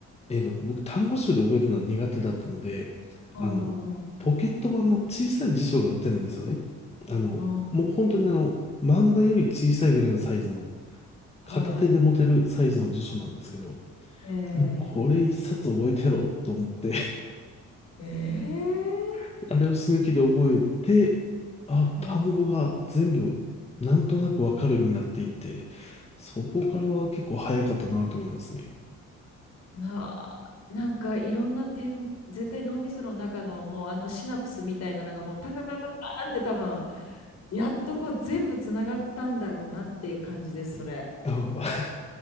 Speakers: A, on the left; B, on the left.
A: えって僕単語集で覚えるのは苦手だったので、
B: うん、
A: あの、
B: うん、
A: ポケット版の小さい辞書が売ってるんですよね。
B: うん、うん、
A: あの、
B: うんうん
A: もう本当にあの、漫画より小さいぐらいのサイズの、
B: はい。
A: 片手で持てるサイズの辞書なんですけど、
B: え
A: もうこれ一冊覚えてやろうと思って
B: ええー
A: <laughs> あれを死ぬ気で覚えて、あ、
B: うん、
A: 単語が全部なんとなくわかるようになっていて、そこからは結構早かったなと思いますね。
B: な、なんかいろんな点、絶対脳みその中のもうあのシナプスみたいなのがもうパパパパパーンって多分、やっとこう全部つながったんだろうなっていう感じです、それ。
A: あ、